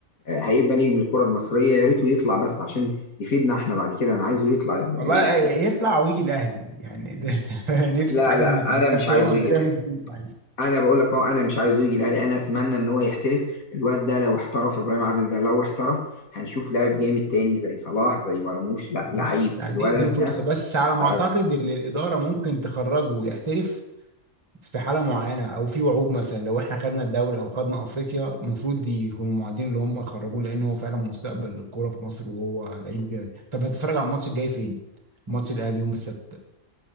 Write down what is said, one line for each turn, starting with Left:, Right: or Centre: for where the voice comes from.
Left: آه، هيبقى نجم الكرة المصرية يا ريته يطلع بس عشان يفيدنا احنا بعد كده انا عايزه يطلع
Right: والله
Left: يحترف
Right: ي- يطلع ويجي الاهلي يعني ده <laughs> ده نفسي
Left: لا
Right: في حاجه
Left: لا
Right: من الاثنين
Left: انا
Right: بس
Left: مش عايزه
Right: هو بيراميدز
Left: يجي الاهلي
Right: مش عايز
Left: انا بقول لك اهو انا مش عايزه يجي الاهلي انا اتمنى ان هو يحترف الواد ده لو احترف ابراهيم عادل ده لو احترف هنشوف لاعب جامد تاني زي صلاح زي مرموش لا
Right: مش
Left: لعيب
Right: قاعدين
Left: الولد
Right: يدوا فرصه
Left: ده
Right: بس على ما
Left: لعيب
Right: اعتقد ان الاداره ممكن تخرجه ويحترف في حاله معينه او في وعود مثلا لو احنا خدنا الدوري او خدنا افريقيا المفروض يكونوا معادين اللي هم يخرجوه لان هو فعلا مستقبل الكوره في مصر وهو لعيب جامد طب هتتفرج على الماتش الجاي فين؟ ماتش الاهلي يوم السبت